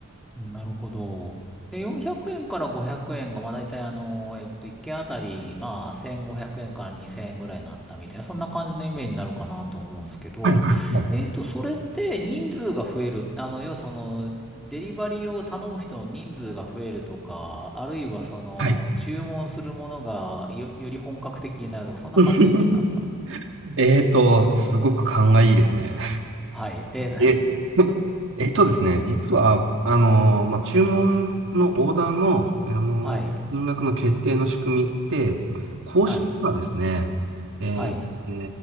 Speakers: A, in the centre; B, on the right.
A: なるほど。え、400円から500円が、まあ大体あの、えっと、1件あたり、まあ1500円から2000円ぐらいになったみたいな、そんな感じのイメージになるかなと思うんですけど、
B: はい、はい、はい。
A: えっと、それって人数が増える、あの、要はその、デリバリーを頼む人の人数が増えるとか、あるいはその、
B: はい
A: 注文するものがよ、より本格的になるとか、そんな感じのイメージなんですか
B: <laughs> えーと、すごく勘がいいですね。
A: はい。え、
B: え、<laughs> えっとですね、実は、あのーまあ、注文のオーダーの、あのー金額の決定の仕組みって、
A: <laughs> はい。
B: 公式にはですね、
A: はい。
B: えーえ
A: はい。